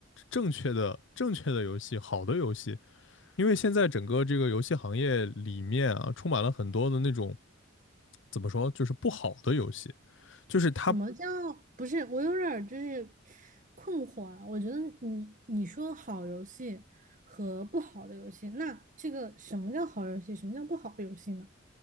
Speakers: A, on the left; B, on the right.
A: 正确的、正确的游戏，好的游戏，因为现在整个这个游戏行业里面啊，充满了很多的那种怎么说，就是不好的游戏，就是它
B: 什么叫不是？我有点儿就是困惑啊。我觉得你你说好游戏和不好的游戏，那这个什么叫好游戏，什么叫不好的游戏呢？